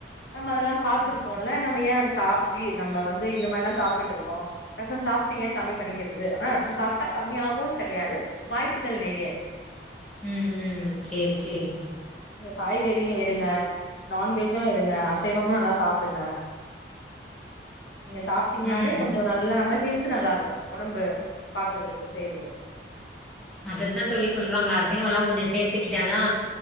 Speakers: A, on the left; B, in the centre.
A: நம்ம அதெல்லா பாத்திருக்கோல்ல
B: ஓ
A: நம்ம ஏன் அத சாப் வி நம்ம வந்து இந்த மாரிலா சாப்ட்டு இருக்கோ ரச சாப்ட்டு ஏ கம்மி பண்ணிக்கிறது ரச சாப்ட்டா கம்மி ஆகுன் கெடையாது வாய்ப்புகள் நெறய
B: ம் ம் செரி செ ரி தோழி
A: நீங்க காய்கறியு எடுங்க நான்வெஜ்ஜு எடுங்க அசைவமு நல்லா சாப்டுங்க
B: <inaudible>
A: நீங்க சாப்ட்டீங்கன்னாவே
B: ம்
A: கொஞ்சோ நல்லா நம்ம ஹெல்த் நல்லாருக்கு உடம்பு பாக்குறதுக்கு செய்றது
B: அதத்தா தோழி சொல்றாங்க அசைவல்லா கொஞ்சோ சேர்த்துக்கிட்டாதா